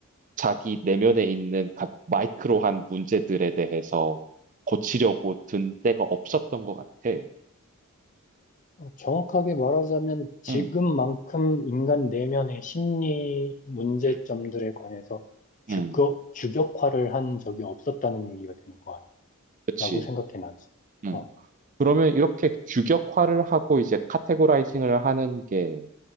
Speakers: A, on the right; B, on the left.
A: 자기 내면에 있는 가- 마이크로한 문제들에 대해서 고치려고 든 때가 없었던 것 같아.
B: 어, 정확하게 말하자면, 지금만큼
A: 응,
B: 인간 내면의 심리 문제점들에
A: 응,
B: 관해서 규격,
A: 응,
B: 규격화를 한 적이 없었다는 얘기가 되는 거 아니야?
A: 그치.
B: 라고 생각해, 난.
A: 응.
B: 어,
A: 그러면 이렇게 규격화를 하고 이제 카테고라이징을 하는 게